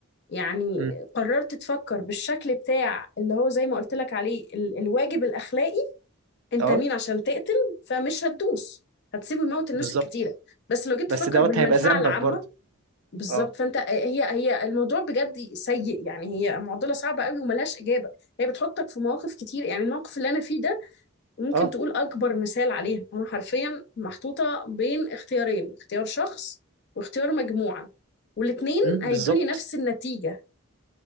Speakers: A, on the left; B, on the right.
A: يعني
B: م.
A: قررت تفكر بالشكل بتاع اللي هو زي ما قلت لك عليه ال الواجب الأخلاقي أنت
B: اه
A: مين عشان تقتل فمش هتدوس هتسيب الموت الناس
B: بالظبط
A: الكتيرة بس لو جيت
B: بس
A: تفكر
B: دوت
A: بالمنفعة
B: هيبقى ذنبك
A: العامة
B: برضه
A: بالظبط
B: اه
A: فأنت آه، هي هي الموضوع بجد سيء يعني هي معضلة صعبة قوي وملهاش إجابة هي بتحطك في مواقف كتير يعني الموقف اللي أنا فيه ده ممكن
B: اه
A: تقول أكبر مثال عليها أنا حرفيا محطوطة بين اختيارين اختيار شخص واختيار مجموعة والاتنين
B: امم
A: هيدوني
B: بالظبط
A: نفس النتيجة